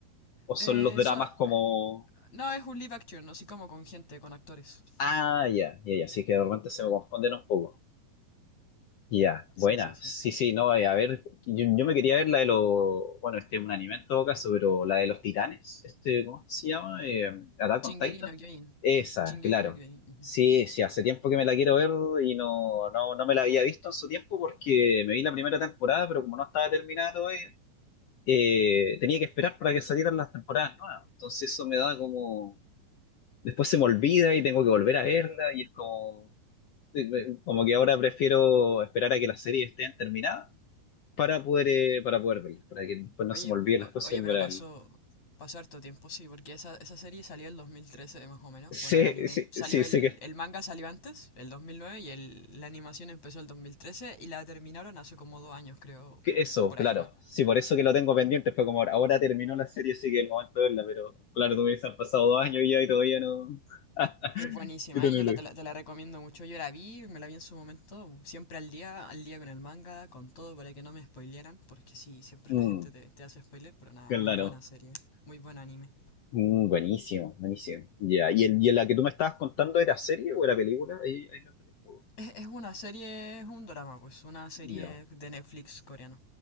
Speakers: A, on the left; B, on the left.
A: o son
B: Eh,
A: los dramas
B: so-
A: como...
B: no, es un live action, así como con gente, con actores.
A: Ah, ya, ya, ya, sí que de repente se me confunden un poco. Ya,
B: Sí,
A: buena.
B: sí, sí.
A: Sí, sí, no, eh, a ver, yo, yo me quería ver la de los, bueno, este es un anime en todo caso, pero la de los titanes, este, ¿cómo se llama? Eh, Attack
B: Shingeki
A: on Titan.
B: no Kyojin.
A: Esa,
B: Shingeki
A: claro.
B: no Kyojin. ujú.
A: Sí, sí, hace tiempo que me la quiero ver y no, no, no me la había visto en su tiempo porque me vi la primera temporada, pero como no estaba terminada todavía, eh, tenía que esperar para que salieran las temporadas nuevas. Entonces eso me da como, después se me olvida y tengo que volver a verla y es como, como que ahora prefiero esperar a que las series estén terminadas para poder, eh, para poder verlas, para que después
B: Oye,
A: no se me olvide
B: o-
A: las cosas
B: oye,
A: y
B: pero
A: volver
B: pasó,
A: a verlas.
B: pasó harto tiempo, sí, porque esa, esa serie salió en 2013 más o menos.
A: Sí,
B: Bueno, el anime
A: sí,
B: salió,
A: sí,
B: el,
A: sé que,
B: el manga salió antes, el 2009, y el- la animación empezó el 2013 y la terminaron hace como dos años, creo,
A: que eso,
B: por
A: claro.
B: ahí, ¿no?
A: Sí, por eso que lo tengo pendiente, fue como ahora, ahora terminó la serie, así que es el momento de verla, pero claro, tú me dices, han pasado dos años ya y todavía no... <laughs>
B: Es buenísima,
A: y tú
B: ¿eh?
A: no
B: Yo
A: lo
B: la,
A: ves.
B: te la, te la recomiendo mucho. Yo la vi, me la vi en su momento, siempre al día, al día con el manga, con todo, para que no me spoilearan, porque sí, siempre
A: Mm,
B: la gente te, te hace spoiler, pero nada,
A: claro.
B: muy buena serie, muy buen anime.
A: Mm, buenísimo, buenísimo. Ya, ¿Y, el, y la que tú me estabas contando era serie o era película? Ahí, ahí me perdí un poco.
B: Es, es una serie, es un drama, pues, una serie
A: Ya.
B: de Netflix coreano.